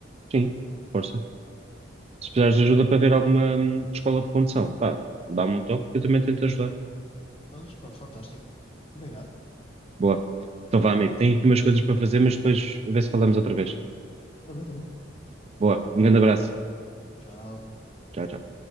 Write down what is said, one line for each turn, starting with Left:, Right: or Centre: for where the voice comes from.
Right: sim, força. Se precisares de ajuda para ver alguma hum, escola de condução, pá, dá-me um toque que eu também tento ajudar.
Left: Mas, pá, fantástico. Obrigado.
Right: Boa. Então vá, amigo, tenho aqui umas coisas para fazer, mas depois a ver se falamos outra vez.
Left: Tá bem, tá bem.
Right: Boa, um grande abraço.
Left: Tchau.
Right: Tchau, tchau.